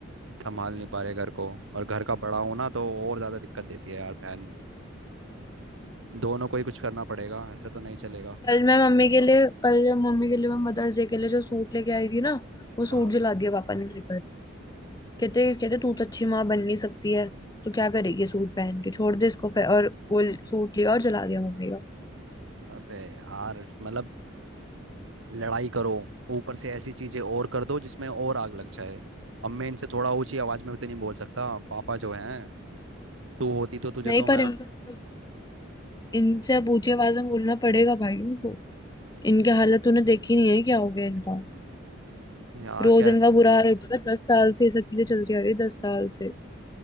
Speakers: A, on the right; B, on the left.
A: संभाल नहीं पा रहे घर को और घर का बड़ा होना तो और ज़्यादा दिक्कत देती है यार बहन दोनों को ही कुछ करना पड़ेगा ऐसे तो नहीं चलेगा
B: कल मैं मम्मी के लिए कल जब मम्मी के लिए मैं मदर्स डे के लिए जो सूट लेके आई थी ना वो
A: हाँ
B: सूट जला दिया पापा ने लेकर। कहते कहते तू तो अच्छी माँ बन नहीं सकती है तो क्या करेगी सूट पहन के छोड़ दे इसको फिर और वो सूट लिया और जला दिया मम्मी का
A: अबे यार मतलब लड़ाई करो ऊपर से ऐसी चीजें और कर दो जिसमें और आग लग जाए अब मैं इनसे थोड़ा ऊंची आवाज में भी तो नहीं बोल सकता पापा जो हैं तू होती तो तुझे
B: नहीं
A: तो मैं
B: पर इनसे इनसे पूछे आवाज में बोलना पड़ेगा भाई उनको इनकी हालत तूने देखी नहीं है क्या हो गया इनका
A: यार
B: रोज
A: क्या
B: इनका बुरा हाल होता है दस साल से ये सब चीजें चलती आ रही है दस साल से